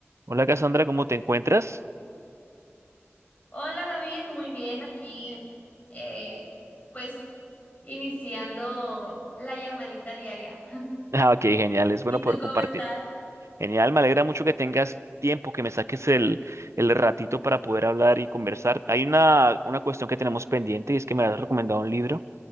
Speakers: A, on the right; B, on the left.
A: Hola Cassandra, ¿cómo te encuentras? <laughs>
B: Hola David, muy bien aquí, eh, pues iniciando la llamadita diaria.
A: Ah, ok, genial,
B: <laughs>
A: es
B: ¿Y
A: bueno poder
B: tú cómo
A: compartir.
B: estás?
A: Genial, me alegra mucho que tengas tiempo, que me saques el, el ratito para poder hablar y conversar. Hay una, una cuestión que tenemos pendiente y es que me has recomendado un libro.